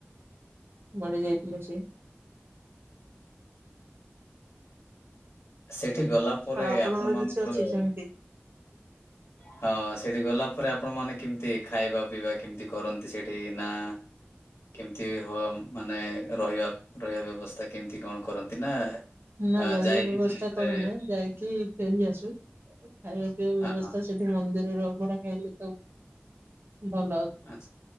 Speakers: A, on the right; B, on the left.
A: ମରି ଯାଇଥିଲା ସେ।
B: ସେଇଠି ଗଲା ପରେ
A: ଆଉ ଆପଣଙ୍କର
B: ଆପଣ ମାନଙ୍କର
A: କିଛି ଅଛି ସେମିତି?
B: ହଁ ସେଠି ଗଲା ପରେ ଆପଣ ମାନେ କେମିତି ଖାଇବା ପିଇବା କେମିତି କରନ୍ତି ସେଠି ନା କେମିତି ହ ମାନେ ରହିବା ରହିବା ବ୍ୟବସ୍ଥା କେମିତି କଣ କରନ୍ତି ନା
A: ନା
B: ଆ
A: ରହିବା
B: ଯାଇକି
A: ବ୍ୟବସ୍ଥା
B: ପୁଣି ଥରେ
A: କରୁନି ଯାଇକି ଫେରି ଆସୁ ଖାଇବା ପିଇବା
B: ହଁ
A: ବ୍ୟବସ୍ଥା
B: ହଁ ହଁ,
A: ସେଠ ମନ୍ଦିରର ଅଭଡା ଖାଇଲେ ତ ଭଲ ଆଉ।
B: ଆଚ୍ଛା।